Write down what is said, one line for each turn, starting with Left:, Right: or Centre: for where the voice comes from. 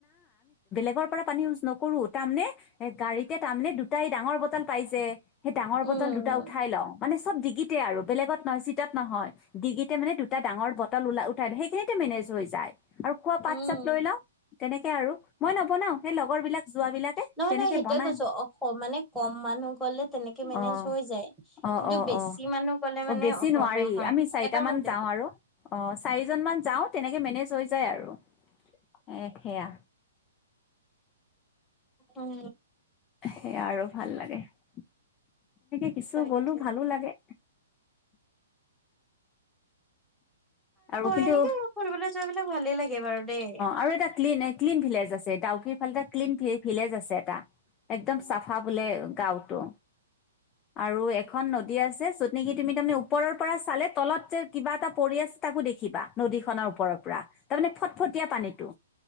Left: ড্ৰামৰ পৰা পানী ইউজ নকৰো তাৰমানে এ গাড়ীতে তাৰানে দুটা এই ডাঙৰ বটল পাই যে সেই ডাঙৰ বটল
Centre: উম
Left: দুটা উঠাই লও মানে চব ডিগিতে আৰু বেলেগত নহয় চিতত নহয় ডিগিতে মানে দুটা ডাঙৰ বত ওলাই উঠাই সেইখিনিতে মেনেজ হৈ যায় আৰু খোৱা পাত
Centre: উম
Left: চাত লৈ লও তেনেকে আৰু। মই নবনাও সেই লগৰ বিলাক যোৱাবলাকে
Centre: নহয়
Left: তেনেকে
Centre: নহয় সেইটোয়ে
Left: বনাই।
Centre: কৈছো অ মানে কম মানুহ গলে তেনেকে মেনেজ
Left: অ
Centre: হৈ যায়।
Left: - অ
Centre: কিন্তু
Left: - অ -
Centre: বেছি
Left: অ
Centre: মানুহ গলে
Left: -অ
Centre: মানে
Left: বেছি
Centre: প্ৰব্লেম
Left: নোৱাৰি
Centre: হয়
Left: আমি চাৰিটামান
Centre: এটা মোক দে
Left: যাও আৰু। অ, চাৰিজন মান যাও তেনেকে মেনেজ হৈ যায় আৰু। এ সেয়া
Centre: উম
Left: সেয়া আৰু ভাল লাগে। এনেকে কিছু
Centre: তাকে
Left: গ'লো ভালো লাগে। আৰু কিন্তু
Centre: এনেকে
Left: অ-অ
Centre: ফুৰিবলৈ যোৱাবিলাক ভালেই লাগে বাৰু দেই।
Left: আৰু এটা ক্লিন ক্লিন ভিলেজ আছে ডাউকিৰ ফালে এটা ক্লিন ভিলেজ আছে এটা এক্দম চাফা বোলে। গাওঁতো আৰু এখন নদী আছে যত নেকি তুমি তাৰমানে ওপৰৰ পৰা চালে তলত যে কিবা এটা পৰি আছে। তাকো দেখিবা নদীখনৰ ওপৰৰ পৰা তাৰ মানে ফটফটীয়া পানীটো